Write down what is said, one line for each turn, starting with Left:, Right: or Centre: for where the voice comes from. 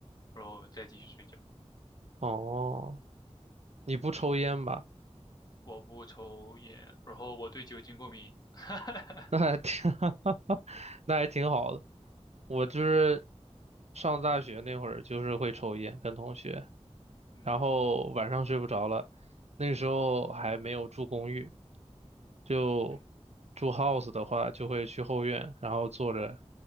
Left: 然后再继续睡觉。
Right: 哦，你不抽烟吧？
Left: 我不抽烟，然后我对酒精过敏。<laughs>
Right: <laughs> 那还挺，<laughs> 那还挺好的。我就是上大学那会儿，就是会抽烟，跟同学。
Left: 嗯
Right: 然后晚上睡不着了，那个时候还没有住公寓，就
Left: 嗯
Right: 住 house 的话，就会去后院，然后坐着，